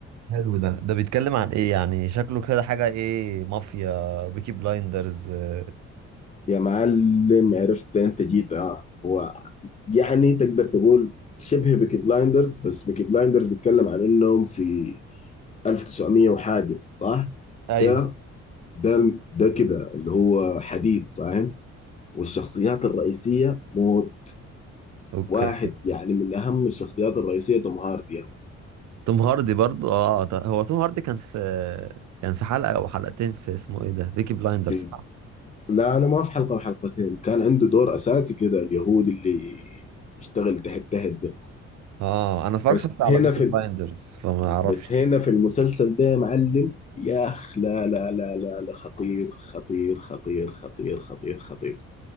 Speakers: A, on the right (about 70°); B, on the left (about 25°).
A: حلو ده ده بيتكلم عن ايه يعني شكله كده حاجة ايه مافيا بيكي بلايندرز آه.
B: يا معلم عرفت انت جيت اه هو يعني تقدر تقول شبه بيكي بلايندرز بس بيكي بلايندرز بيتكلم عن انهم في 1900 وحاجه صح؟
A: ايوه
B: ده ده ده كده اللي هو حديث فاهم؟ والشخصيات الرئيسيه موت
A: اوكي
B: واحد يعني من اهم الشخصيات الرئيسيه توم هاردي يعني
A: توم هاردي برضو اه ده- هو توم هاردي كان في كان في حلقة او حلقتين في اسمه ايه ده بيكي بلايندرز
B: في
A: صح
B: لا لا ما في حلقه وحلقتين كان عنده دور اساسي كده اليهودي اللي بيشتغل تحت تحت ده
A: اه انا اتفرجت
B: بس
A: شفت على
B: هنا
A: بيكي
B: في
A: بلايندرز فما اعرفش
B: بس هنا في المسلسل ده يا معلم يا اخ لا لا لا لا لا خطير خطير خطير خطير خطير خطير